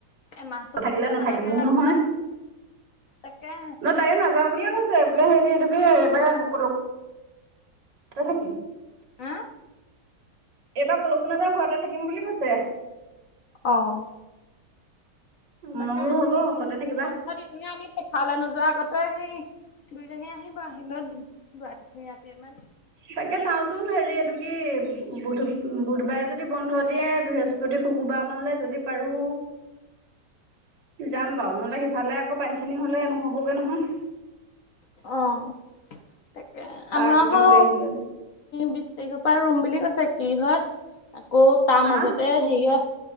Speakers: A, on the left; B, on the right.
A: এমাহটো
B: নাথাকিলে
A: থাকিব
B: নাথাকিবও
A: নালাগে
B: নহয়।
A: তাকে
B: নহ তাইও নাযাওঁ বুলিয়ে কৈছে বোলে হেৰি এইটো কি এবাৰ কলকো। ক থাকিম
A: হ
B: এবাৰ কলোকো নাযাাম ঘৰতে থাকিম বুলি কৈছে
A: আহ', তাকে
B: মই বোলো
A: আমি
B: হ'ব ঘৰতে থাকিবা
A: পন্ধ দি আমি পঠালে নোযোৱা আগত তই সেই দুইজনী আহিব আহতুৱাটীজনী ৰাতি ইমান
B: তাকে চাওচোন হেৰি এইটো কি বুধ-বুধবাৰে যদি বন্ধ দিয়ে বৃহস্পতি, শুকুৰবাৰ মানলৈ যদি পাৰো যাম বাৰু নহ'লে সিফালে আকৌ পানী চানী হ'লে নহ'বগে নহয়।
A: আহ' তাকে
B: তাৰ
A: আমাৰ
B: আগতে
A: হ
B: গৈ আহিব লাগিব
A: বিছ তাৰিখ পৰা ৰুম বুলি কৈছে কি হয়। আকৌ তাৰ মাজতে
B: আ
A: হেৰি হয়